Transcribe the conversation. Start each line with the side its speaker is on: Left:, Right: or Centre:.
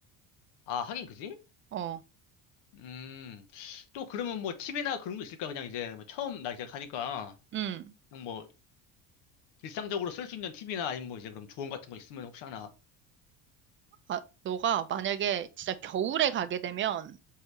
Left: 아, 하긴 그지?
Right: 어,
Left: 음, 또 그러면 뭐 팁이나 그런 거 있을까? 그냥 이제 뭐 처음 나 이제 가니까
Right: 응.
Left: 그냥 뭐 일상적으로 쓸 수 있는 팁이나 아니면 뭐 이제 그럼 조언 같은 거 있으면 혹시 하나?
Right: 아, 너가 만약에 진짜 겨울에 가게 되면